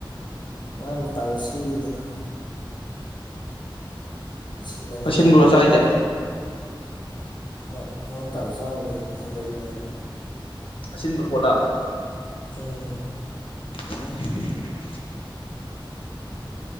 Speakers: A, on the left; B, on the left.
A: ꯉꯥ ꯀꯧꯇꯥꯗꯣ ꯁꯤꯜꯂꯤꯗꯅ꯫ ꯑꯁꯤꯟꯕꯅꯤꯅ
B: ꯑꯁꯤꯟꯕꯔꯣ ꯆꯥꯢꯖꯦ꯫
A: ꯍꯣꯏ ꯉꯥ ꯀꯧꯇꯥꯗꯣ ꯆꯥꯔꯨꯕꯗꯩ ꯍꯦꯟꯖꯜꯂꯦꯕ꯫
B: ꯑꯁꯤꯟꯕ ꯄꯣꯠꯂꯥꯕ꯫
A: ꯑꯣ
B: <inaudible>